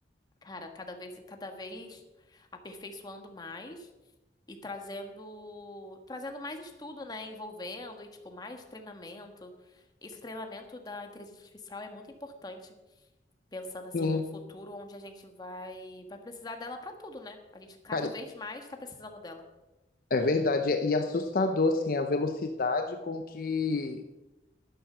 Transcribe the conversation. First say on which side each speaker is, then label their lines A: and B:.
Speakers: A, on the left; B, on the left.
A: cara, cada vez, cada vez aperfeiçoando mais e trazendo, trazendo mais estudo, né? Envolvendo e, tipo, mais treinamento. Esse treinamento da inteligência artificial é muito importante. pensando assim
B: Sim.
A: num futuro onde a gente vai vai precisar dela pra tudo, né? A gente cada
B: Cara,
A: vez mais tá precisando dela.
B: é verdade. E assustador, assim, a velocidade com que,